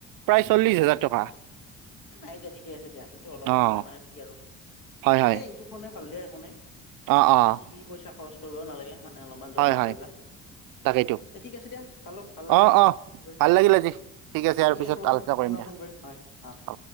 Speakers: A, on the right (about 80°); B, on the left (about 80°).
A: প্ৰায় চল্লশ
B: হয় হয়
A: হাজাৰ টকা
B: নাই দিয়া ঠিকে আছে দিয়া সেইটো অলপৰ
A: অ',
B: কাৰণে মানে কি আৰু
A: হয়,
B: ঠিকেই
A: হয়।
B: ইটো ফোনে ভাল দেয় একো নাই বেছি
A: অ', অ',
B: কি পইচা খৰচ কৰিবও নালাগে মানে অলপমান জৰমা
A: হয়, হয়,
B: কৰিবা
A: তাকেইতো
B: এই ঠিক আছে দিয়া ভালোঁ ভাল লাগিল
A: অ', অ',
B: গৈ
A: ভাল লাগিল আজি আৰু
B: ঠিক
A: পিছত
B: আছে বাৰু
A: আলোচনা
B: পুনৰ
A: দিয়া
B: ফোন কৰিম হয় অ
A: হ'ব।